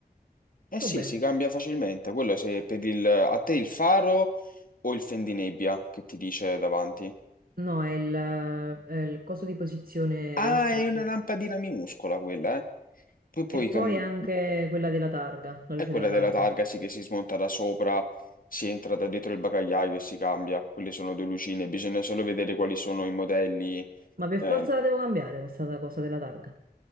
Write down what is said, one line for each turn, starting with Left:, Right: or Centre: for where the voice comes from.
Left: eh sì,
Right: Vabbè.
Left: si cambia facilmente. Quello se per il... a te il faro o il fendinebbia che ti dice davanti.
Right: No, è il, eh, è il coso di posizione
Left: Ah,
Right: destro,
Left: è
Right: sì.
Left: una lampadina minuscola quella, eh. Poi puoi
Right: E poi
Left: cambiare.
Right: anche quella della targa, la
Left: È
Right: luce
Left: quella
Right: della targa.
Left: della targa, sì, che si smonta da sopra, si entra da dietro il bagagliaio e si cambia. Quelle sono due lucine, bisogna solo vedere quali sono i modelli.
Right: Ma per
Left: Eh,
Right: forza la devo cambiare questa cosa della targa.